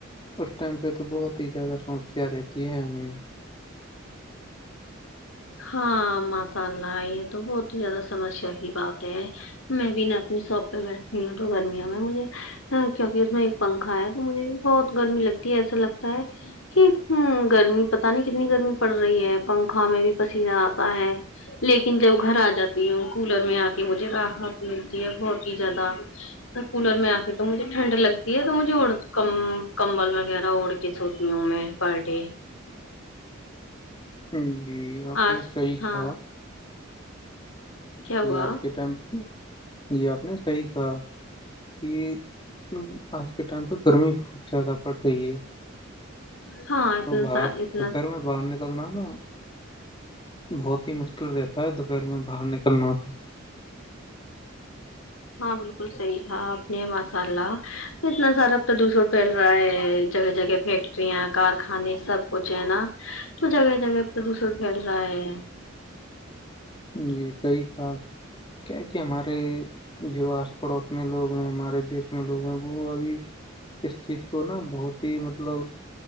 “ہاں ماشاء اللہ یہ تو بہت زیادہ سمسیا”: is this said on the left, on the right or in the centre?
Left